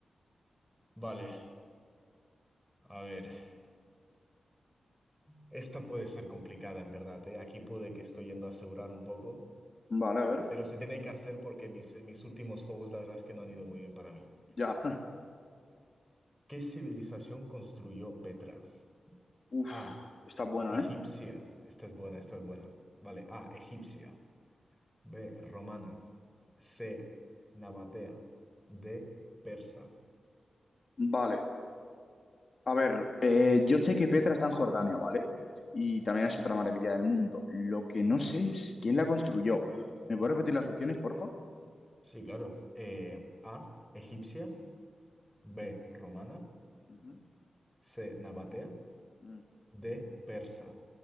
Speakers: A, in the centre; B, on the left (about 40°).
A: Vale, a ver. Esta puede ser complicada, en verdad, ¿eh? Aquí puede que estoy yendo a asegurar un poco,
B: Vale, a ver,
A: pero se tiene que hacer porque mis, mis últimos juegos, la verdad es que no han ido muy bien para mí.
B: ya. <laughs>
A: ¿Qué civilización construyó Petra?
B: Uf,
A: A.
B: está buena,
A: Egipcia.
B: ¿eh?
A: Esta es buena, esta es buena. Vale, A. Egipcia. B. Romana. C. Nabatea. D. Persa.
B: Vale, a ver, eh, yo sé que Petra está en Jordania, ¿vale? Y también es otra maravilla del mundo. Lo que no sé es quién la construyó. ¿Me puedes repetir las opciones, porfa?
A: Sí, claro. Eh, A. Egipcia. B. Romana.
B: Ujú.
A: C. Nabatea.
B: Mm.
A: D. Persa.